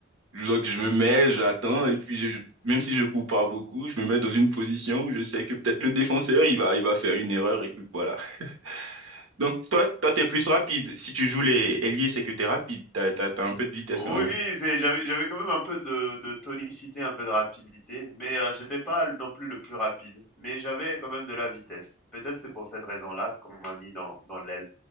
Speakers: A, on the right; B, in the centre.
A: Donc, je me mets, j'attends, et puis je- même si je cours pas beaucoup, je me mets dans une position où je sais que peut-être le défenseur, il va, il va faire une erreur, et puis voilà. <laughs> Donc, toi, toi, t'es plus rapide. Si tu joues les ailiers, c'est que t'es rapide. T'as, t'as, t'as un peu de vitesse
B: Oui,
A: quand même.
B: c'est j'avais j'avais quand même un peu de de tonicité, un peu de rapidité, mais heu, j'étais pas non plus le plus rapide, mais j'avais quand même de la vitesse. Peut-être c'est pour cette raison-là qu'on m'a mis dans dans l'aile